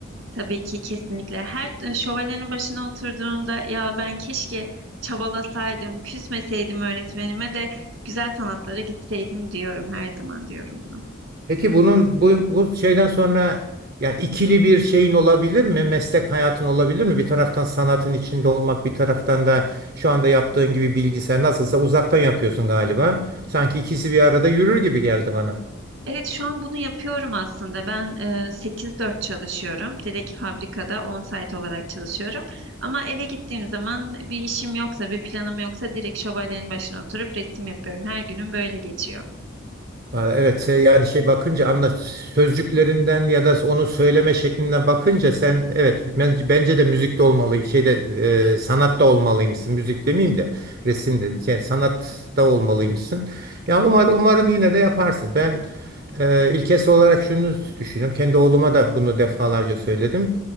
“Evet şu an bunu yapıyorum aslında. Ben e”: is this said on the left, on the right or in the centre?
Right